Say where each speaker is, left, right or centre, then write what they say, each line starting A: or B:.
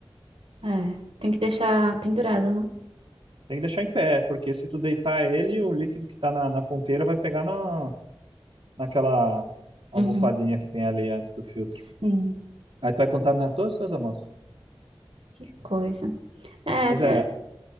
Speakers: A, on the right; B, on the right.
A: É. Tem que deixar pendurado, né?
B: Tem que deixar em pé, porque se tu deitar ele, o líquido que tá na, na ponteira vai pegar na, naquela almofadinha
A: Uhum.
B: que tem ali antes do filtro.
A: Sim.
B: Aí tu vai contaminar todas as tuas amostras.
A: Que coisa. É,
B: Pois
A: te-
B: é,